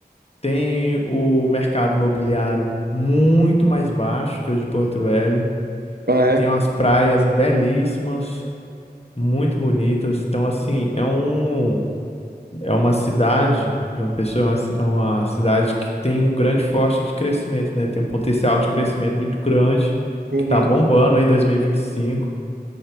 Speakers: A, on the left; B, on the right.
A: Tem o mercado imobiliário muito mais baixo que o de Porto Velho.
B: Ah, é?
A: Tem umas praias belíssimas, muito bonitas. Então, assim, é um É uma cidade, João Pessoa é uma, ci- é uma cidade que tem um grande forte de crescimento, né? Tem um potencial de crescimento muito grande,
B: Uhum.
A: que tá bombando aí 2025,